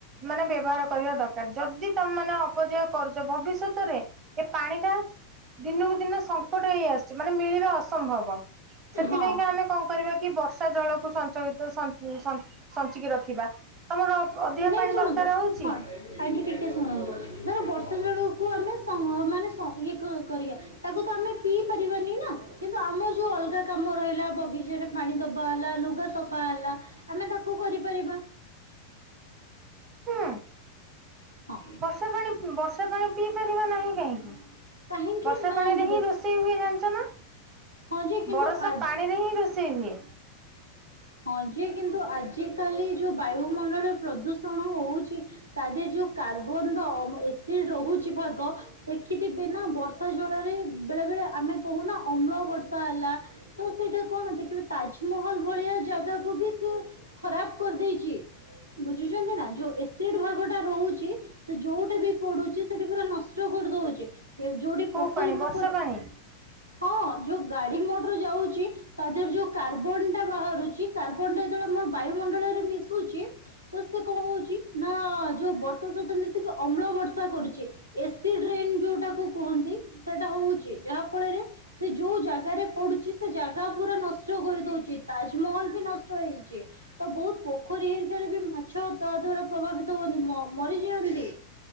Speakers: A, on the right; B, on the right.
A: ମାନେ ବ୍ୟବହାର କରିବା ଦରକାର ଯଦି ତମ ମାନେ ଅପଚୟ କରୁଛ ଭବିଷ୍ୟତରେ ଏ ପାଣି ଟା ଦିନକୁ ଦିନ ସଙ୍କ ହେଇ ଆସୁଛି ମାନେ ମିଳିବା ଅସମ୍ଭବ। ସେଥିପାଇଁକା
B: ହଁ
A: ଆମେ କଣ କରିବା କି ବର୍ଷା ଜଳକୁ ସଂଞ୍ଚୟିତ ତ ସଞ୍ଚ ସଞ୍ଚ ସଞ୍ଚିକି ରଖିବା ତମର ଅଧିକା
B: ନାଇଁ
A: ପାଣି
B: ଶୁଣନ୍ତୁ
A: ଦରକାର ହଉଚି
B: ହଁ ଆଣ୍ଟି ଟିକେ ଶୁଣନ୍ତୁ ଧର ବର୍ଷା ଜଳକୁ ଆମେ ସ ମାନେ ଶ ଇଏ କ କରିବା ତାକୁ ତ ଆମେ ପିଇ ପାରିବାନି ନା। କିନ୍ତୁ ଆମର ଯୋଉ ଅଲଗା କାମ ରହିଲା ବଗିଚାରେ ପାଣି ଦବା ହେଲା ଲୁଗା ସଫା ହେଲା ଆମେ ତାକୁ କରିପାରିବା।
A: ହୁଁ
B: ହଁ
A: ବର୍ଷା ପାଣି ବର୍ଷା ବର୍ଷା ପାଣି ପିଇ ପାରିବା ନାହିଁ କାହିଁକି
B: କାହିଁକି
A: ବର୍ଷା
B: ନା
A: ପାଣିରେ
B: ଆଣ୍ଟି ଦେଖ
A: ହିଁ ରୋଷେଇ ରୋଷେଇ ହୁଏ ଜାଣିଚନା
B: ହଁ ଯେ କିନ୍ତୁ
A: ବରସା
B: ଆଜି
A: ପାଣିରେ ହିଁ ରୋଷେଇ ହୁଏ।
B: ହଁ ଯେ କିନ୍ତୁ ଆଜିକାଲି ଯୋଉ ବାୟୁମଣ୍ଡଳ ପ୍ରଦୂଷଣ ହଉଚି ତା ଦେହେ ଯୋଉ କାର୍ବନର ଏସିଡ ରହୁଛି ଭାଗ ଦେଖିଥିବେ ନା ବର୍ଷା ଜଳରେ ବେଳେ ବେଳେ ଆମେ କହୁନା ଅମ୍ଳ ବର୍ଷା ହେଲା। ତ ସେଇଟା କଣ ଦେଖିବେ ତାଜମହଲ ଭଳିଆ ଜାଗାକୁ ବି ସେ ଖରାପ କରିଦେଇଚି ବୁଝୁଛନ୍ତି ନା ଯୋଉ ଏସିଡ ଭାଗ ଟା ରହୁଚି ସେ ଯୋଉଠେ ବି ପଡୁଚି ସେଠି ପୁରା ନସ୍ ଷ୍ଟ କରିଦଉଚି ଯୋଉଠି
A: କୋଉ
B: ପୋଖରୀ
A: ପାଣି
B: ଫୋଖରୀ
A: ବର୍ଷା ପାଣି।
B: ହଁ। ଯୋଉ ଗାଡି ମୋଟର ଯାଉଚି ତା ଦେହରେ ଯୋଉ କାର୍ବନ ଟା ବାହାରୁଚି କାର୍ବନ ଟା ଯେତେବେଳେ ଆମର ବାୟୁ ମ ମଣ୍ଡଳରେ ମିଶୁଚି। ତ ସେ କଣ ହଉଚି ନା ଯୋଉ ବର୍ଷା ସହିତ ମିଶିକି ଅମ୍ଳ ବର୍ଷା କରୁଚି। ଏସିଡ ରେନ ଯୋଉଟାକୁ କୁହନ୍ତି ସେଟା ହଉଚି ଯାହା ଫଳରେ ସେ ଯୋଉ ଜାଗାରେ ପଡୁଚି ସେ ଜାଗା ପୁରା ନଷ୍ଟ କରିଦଉଚି ତାଜମହଲ ବି ନଷ୍ଟ ହେଇଚି। ତ ବହୁତ ପୋଖରୀ ହେରିକାରେ ବି ମାଛ ତା ଦ୍ଵାରା ପ୍ରଭାବିତ ହୁଅନ୍ତି ମରିଯାଆନ୍ତି।